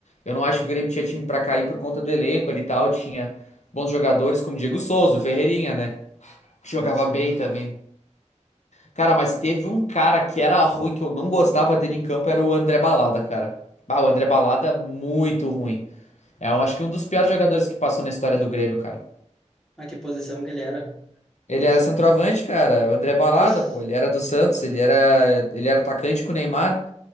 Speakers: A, on the left; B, in the centre.
A: Eu não
B: Hum,
A: acho que o Grêmio tinha time pra cair por conta do elenco ali e tal. Tinha bons jogadores como Diego Souza, o Ferreirinha, né? Que Jogava
B: Sei.
A: bem também. Cara, mas se teve um cara que era ruim, que eu não gostava dele em campo, era o André Balada, cara. Ah, o André Balada, muito ruim. É, eu acho que um dos piores jogadores que passou na história do Grêmio, cara.
B: Mas que posição que ele era?
A: Ele
B: Nem
A: era
B: sei.
A: centroavante, cara. O André Balada,
B: Ixi,
A: pô, ele era do Santos, ele era, ele era atacante com o Neymar.